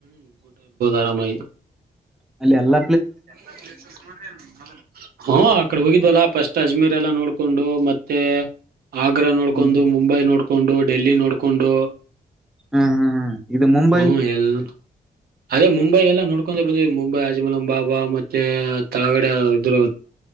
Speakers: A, on the right (about 80°); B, in the centre.
A: ಆರಾಮಾಯ.
B: ಅಲ್ಲಿ ಎಲ್ಲ.
A: <unintelligible> ಹ ಆಕಡ ಹೋಗಿದ್ವಲ್ಲ ಫಸ್ಟ್ ಅಜ್ಮೀರ್. ಲ್ಲ ನೋಡ್ಕೊಂಡು ಮತ್ತೆ ಆಗ್ರಾ ನೋಡ್ಕೊಂಡು
B: ಹ್ಮ್
A: ಮುಂಬೈ ನೋಡ್ಕೊಂಡು ಡೆಲ್ಲಿ ನೋಡ್ಕೊಂಡು
B: ಹೂ ಹೂ ಹೂ ಇದು ಮುಂಬೈ
A: ಹ್ಮ ಎಲ್ಲ ಅದೇ ಮುಂಬೈ ಎಲ್ಲ ನೋಡ್ಕೊಂಡ ಬಂದ ಮುೈ ಿಮಲಂ ಬಾಬಾ ಮತ್ತೆ ತಳಗಡೆ ಇದರು